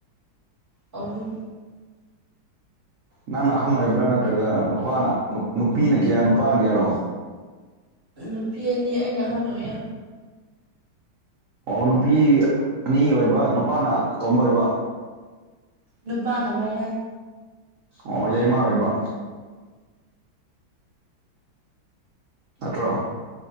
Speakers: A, on the right (about 35°); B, on the right (about 65°).
A: ꯑꯍꯨꯝ
B: ꯅꯪꯅ ꯑꯍꯟ ꯑꯣꯏꯕ꯭ꯔꯥ ꯅꯠꯇ꯭ꯔꯒ ꯅꯨꯄꯥꯅ ꯅꯨꯄꯤꯅ ꯀꯌꯥ ꯅꯨꯄꯥꯅ ꯀꯌꯥꯔꯣ?
A: ꯅꯨꯄꯤ ꯑꯅꯤ ꯑꯩꯅ ꯑꯍꯟ ꯑꯣꯏꯌꯦ꯫
B: ꯑꯣ ꯅꯨꯄꯤ ꯑꯅꯤ ꯑꯣꯏꯕ ꯅꯨꯄꯥꯅ ꯑꯇꯣꯝꯕ ꯑꯣꯏꯕ꯫
A: ꯅꯨꯄꯥꯅ ꯃ ꯌꯥꯏ
B: ꯑꯣ ꯌꯥꯏꯃꯥ ꯑꯣꯏꯕ ꯅꯠꯇ꯭ꯔꯣ?